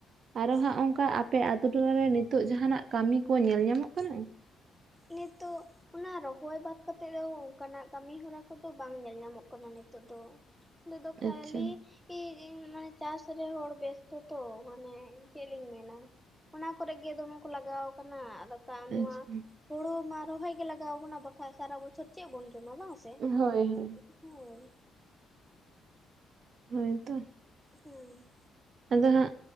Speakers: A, on the right; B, in the centre.
A: ᱟᱨᱚ ᱦᱟᱸᱜ ᱚᱝᱠᱟ ᱟᱯᱮ ᱟᱛᱩ ᱴᱚᱞᱟᱨᱮ ᱱᱤᱛᱳᱜ ᱡᱟᱦᱟᱸᱱᱟᱜ ᱠᱟᱹᱢᱤ ᱠᱚ ᱧᱮᱞ ᱧᱟᱢᱚᱜ ᱠᱟᱱᱟ?
B: ᱱᱮᱛᱳᱜ ᱚᱱᱟ ᱨᱚᱦᱚᱭ ᱵᱟᱛ ᱠᱟᱛᱮᱜ ᱫᱚ ᱚᱱᱠᱟᱱᱟᱜ ᱠᱟᱹᱢᱤ ᱦᱚᱨᱟ ᱠᱚᱫᱚ ᱵᱟᱝ ᱧᱮᱞ ᱧᱟᱢᱚᱜ ᱠᱟᱱᱟ ᱱᱮᱛ ᱱᱤᱛᱚᱜ ᱫᱚ ᱱᱤᱛᱫᱚ ᱠᱷᱟᱹᱞᱤ
A: ᱟᱪᱪᱷᱟ
B: ᱯᱤᱨ ᱤᱱ ᱢᱟᱱᱮ ᱪᱟᱥ ᱨᱮ ᱦᱚᱲ ᱵᱮᱥᱛ ᱛᱚ ᱢᱟᱱᱮ ᱪᱮᱫ ᱞᱤᱧ ᱢᱮᱱᱟ ᱚᱱᱟ ᱠᱚᱨᱮ ᱜᱮ ᱫᱚᱢᱮ ᱠᱚ ᱞᱟᱜᱟᱣ ᱠᱟᱱᱟ ᱟᱫᱚ ᱠᱟ
A: ᱟᱪᱪᱷᱟ
B: ᱱᱚᱣᱟ ᱦᱩᱲᱩ ᱢᱟ ᱨᱚᱦᱚᱭ ᱜᱮ ᱞᱟᱜᱟᱣ ᱣᱟᱠᱟᱱᱟ ᱵᱟᱠᱷᱟᱱ ᱥᱟᱨᱟ ᱵᱚᱪᱷᱚᱨ ᱪᱮᱜ ᱵᱚᱱ ᱡᱚᱢᱟ ᱵᱟᱝ ᱥᱮ?
A: ᱦᱳᱭ ᱦᱳᱭ
B: ᱦᱳᱭ,
A: ᱦᱳᱭ ᱛᱚ
B: ᱦᱩᱸ
A: ᱟᱫᱚ ᱦᱟᱸᱜ